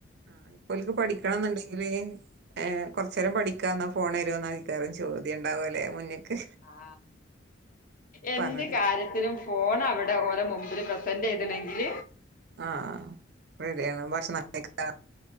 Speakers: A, on the right (about 60°); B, on the left (about 45°).
A: ആ ഇപ്പോൽക്ക് പഠിക്കണംന്നുണ്ട്. ഏകൊറച്ചേരം പഠിക്കാ ന്ന ഫോൺ തരോന്നയ്ക്കാരം ചോദ്യം ഉണ്ടാവോല്ലെ മുന്നക്ക്?
B: ആ എന്ത്
A: പറഞ്ഞിട്ട്
B: കാര്യത്തിലും ഫോൺ അവിടെ ഓലെ മുമ്പിൽ പ്രസൻറ് ചെയ്തിണെങ്കിൽ
A: ആ റെഡിയാണ്ഭക്ഷണം കഴിക്ക